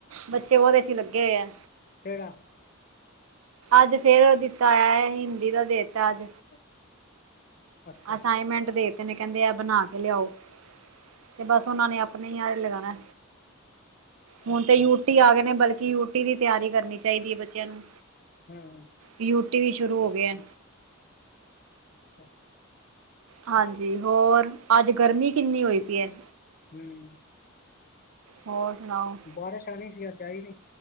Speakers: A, on the right (about 80°); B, on the left (about 40°).
A: ਬੱਚੇ ਉਹਦੇ ਚ ਲੱਗੇ ਹੋਏ ਆ।
B: ਕੇੜਾ
A: ਅੱਜ ਫੇਰ ਦਿੱਤਾ ਹੈ, ਹਿੰਦੀ ਦਾ ਦੇਤਾ ਅੱਜ
B: <unintelligible> ਅੱਛਾ
A: ਅਸਾਈਨਮੈਂਟ ਦੇ ਤੇ, ਨੇ ਕਹਿੰਦੇ ਆ ਬਣਾ ਕੇ ਲਿਆਓ, ਤੇ ਬਸ ਉਹਨਾਂ ਨੇ ਆਪਣੇ ਹੀ ਆਰੇ ਲਗਾਣਾ। ਹੁਣ
B: ਅੱਛਾ
A: ਤੇ ਯੂਟੀ ਆ ਗਏ ਨੇ, ਬਲਕਿ ਯੂਟੀ ਦੀ ਤਿਆਰੀ ਕਰਨੀ। ਚਾਹੀਦੀ ਹੈ, ਬੱਚਿਆਂ ਨੂੰ,
B: ਹਮ
A: ਯੂਟੀ ਵੀ ਸ਼ੁਰੂ ਹੋ ਗਿਆ।
B: ਅੱਛਾ
A: ਹਾਂਜੀ, ਹੋਰ ਅੱਜ ਗਰਮੀ ਕਿੰਨੀ ਹੋਈ ਪਈ ਹੈ।
B: ਹਮ
A: ਹੋਰ ਸੁਣਾਓ।
B: ਬਾਰਿਸ਼ ਆਉਣੀ ਸੀ, ਅੱਜ ਆਈ ਨਹੀਂ